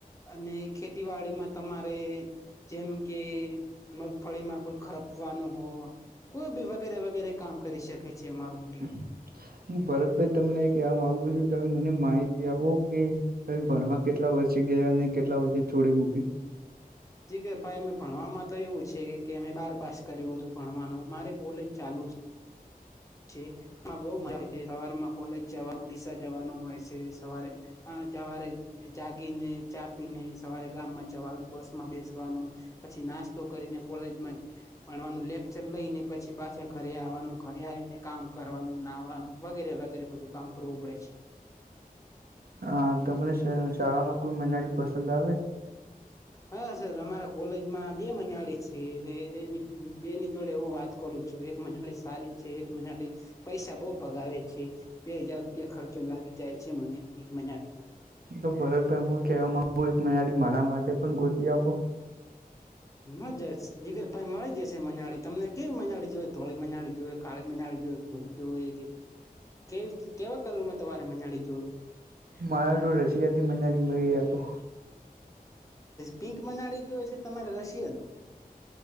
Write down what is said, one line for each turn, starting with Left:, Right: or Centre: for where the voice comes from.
Left: અને ખેતીવાડીમાં તમારે- જેમ કે મગફળીમાં કોઈ ખરપવાનું હોય. કોઈ બી વગેરે વગેરે કામ કરી શકે છે અમારું ઊંટ.
Right: હું ભરતભાઈ તમને એક આમ માગુ છું તમે મને માહિતી આપો કે- ભણવા કેટલા વર્ષે ગયા અને કેટલા વર્ષે છોડી મૂકી?
Left: જીગરભાઈ અમે ભણવાવામાં તો એવું છે કે અમે બાર પાસ કર્યું હતું ભણવાનું મારે કોલેજ ચાલુ છે. ઠીક- બહુ મજ સવારમાં કોલેજ જવાનું ડીસા જવાનું હોય છે. સવારે- સવારે જાગી ને ચા પીને સવારે ગામ માં જવાનું બસ- બેસવાનું પછી નાસ્તો કરીને કોલેજમાં- ભણવાનું લેક્ચર લઈને પછી પાછા ઘરે આવવાનું ઘરે આવીને કામ કરવાનું નાહવાનું વગેરે વગેરે. બધું કામ કરવું પડે છે.
Right: હા તમને શાળા માં કોઈ મનાળી પસંદ આવે
Left: હા સર અમારા કોલેજમાં બે મિનાળે છે બે બે ની જોળે હું વાત કરું છું એક મનાળી સારી છે એક મનાળી પૈસા બઉ ભગાવે છે બે હજાર રૂપિયા ખર્ચો લાગી જાય છે મને એક મનાળીમાં
Right: તો ભરતભાઈ હું કવ મા એક મડી મારા માટે પણ ગુતી આપો
Left: મ જ જગર પ મળી જશે મનાડી તમને કેવી મનાડી જોય ધોળી મનાડી જોઈએ કાળી મનાડી જોઈ પૂરી જો કે કેવી કેવા કલરમાં તમારે મનાડી જોવે
Right: મારા તો રશિયાથી મનાલી મળી આપો
Left: પિંક મનાડી જોય છે તમારે રશિયન